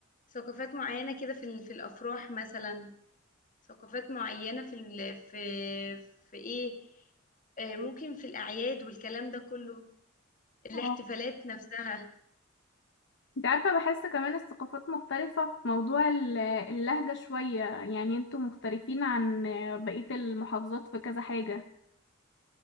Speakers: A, on the left; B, on the left.
A: ثقافات معينة كده في ال- في الأفراح مثلا ثقافات معينة في ال- في في إيه آه، ممكن في الأعياد والكلام ده كله الاحتفالات
B: اه
A: نفسها
B: انت عارفه بحس كمان الثقافات مختلفه في موضوع ال- اللهجه شويه يعني انتوا مختلفين عن بقيه المحافظات في كذا حاجه